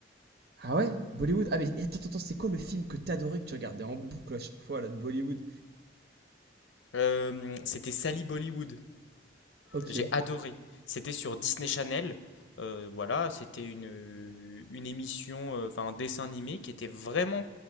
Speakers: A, on the right; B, on the left.
A: Ah ouais, Bollywood. Ah mais attends, attends, attends, c'est quoi le film que t'adorais que tu regardais en boucle à chaque fois là de Bollywood?
B: Euh, c'était Sally Bollywood.
A: Ok.
B: J'ai adoré. C'était sur Disney Channel. Euh, voilà, c'était une, une émission, euh, enfin un dessin animé qui était vraiment